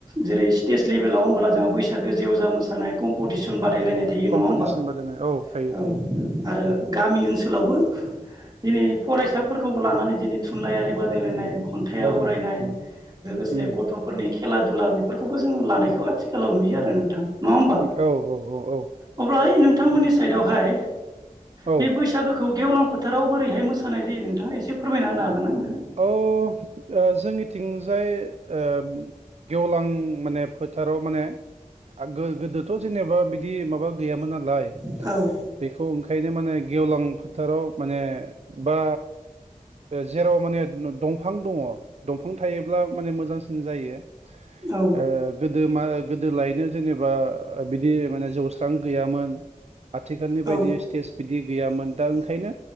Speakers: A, on the right; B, on the right.
A: जेरै स्टेट लेभेलाव होनबोला जोंहा बैसागो जेवजा मोसानाय कम्पिटिसन बाद बादायलायनाय थायो
B: कम्पिटिसन
A: नङा होमबा
B: बादायनाय थायो
A: औ
B: थायो
A: आरो गामि ओनसोलावबो दिनै फरायसाफोरखौ लानानै दिनै थुनलाइयारि बादायलायनाय खन्थाइ
B: बादायनाय
A: आवरायनाय फरायनाय
B: उम
A: लोगोसे
B: उम
A: गथ'फोरनि खेला दुला बेफोरखौबो जों लानायखौ आथिखाल गोलाव नुयो
B: उम
A: आरो नोंथां नङा होमबा
B: उम औ औ औ
A: अब्ला नोंथांमोननि साइदआवहाय
B: औ
A: बे बैसागोखौ गेवलां फोथाराव बोरैहाय मोसानाय जायो नोंथाङा एसे फोरमायना होनो हागोन आंनो
B: औ ओ। जोंनिथिंजाय ओ गेवलां माने फो फोथाराव माने आ गोदोथ' जेनेबा बिदि माबा गैयामोन नालाय
A: औ औ
B: बेखौ ओंखायनो माने गेवलां फोथाराव माने बा जेराव माने दंफां दङ दंफां थायोब्ला माने मोजांसिन जायो
A: औ
B: ओ गोदो गोदोलायनो जेनेबा बिदि माने जौस्रां गैयामोन। आथिखालनि बायदि
A: औ
B: स्टेज बिदि गैयामोन दा ओंखायनो